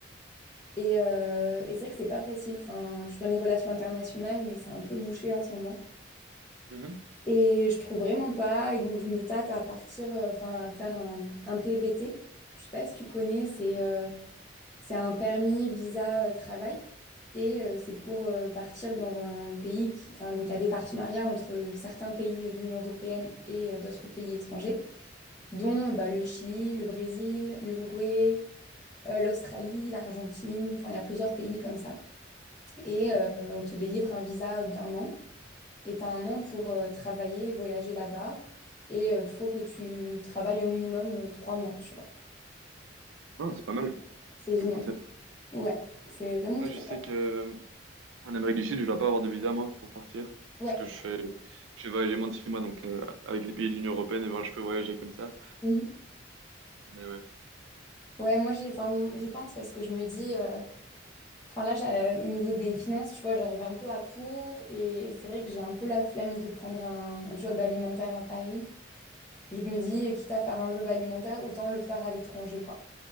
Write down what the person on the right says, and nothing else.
Mhm,
mhm.
Non, c'est pas mal
comme concept.
Moi,
je sais
que euh, en Amérique du Sud, je dois pas avoir de visa moi pour partir,
parce que je fais, je vais voyager moins de six mois, donc euh, avec les pays de l'Union européenne, et ben, je peux voyager comme ça.
Mais ouais,